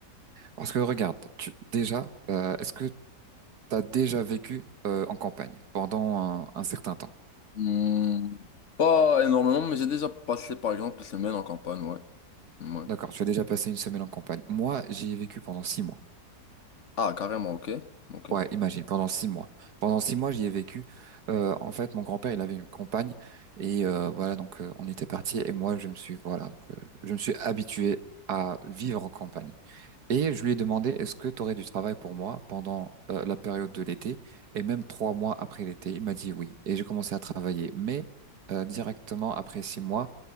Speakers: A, on the right (about 65°); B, on the left (about 45°).
A: Parce que regarde, tu, déjà, euh, est-ce que T'as déjà vécu euh, en campagne pendant un, un certain temps.
B: Hmm, pas énormément, mais j'ai déjà passé par exemple des semaines en campagne, ouais. Ouais.
A: D'accord, tu as déjà passé une semaine en campagne. Moi, j'y ai vécu pendant six mois.
B: Ah, carrément, ok. Ok.
A: Ouais, imagine, pendant six mois. Pendant six mois, j'y ai vécu. Euh, en fait, mon grand-père, il avait une campagne et euh, voilà, donc euh, on était partis et moi, je me suis voilà, donc, euh, je me suis habitué à vivre en campagne. Et je lui ai demandé, est-ce que tu aurais du travail pour moi pendant euh, la période de l'été et même trois mois après l'été? Il m'a dit oui. Et j'ai commencé à travailler, mais euh, directement après six mois.